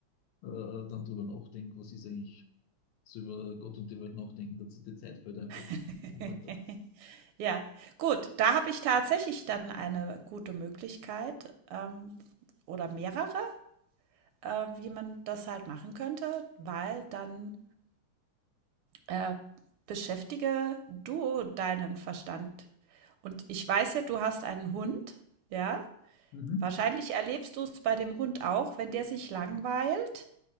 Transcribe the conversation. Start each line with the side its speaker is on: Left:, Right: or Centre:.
Left: äh, äh, dann drüber nachdenke, was ist eigentlich so über Gott und die Welt nachdenken, dass die Zeit fällt einfach
Right: <laughs>
Left: so im Alltag.
Right: Ja, gut, da habe ich tatsächlich dann eine gute Möglichkeit, ähm, oder mehrere, äh, wie man das halt machen könnte, weil dann Äh, beschäftige du deinen Verstand. Und ich weiß ja, du hast einen Hund, ja?
Left: Mhm.
Right: Wahrscheinlich erlebst du es bei dem Hund auch, wenn der sich langweilt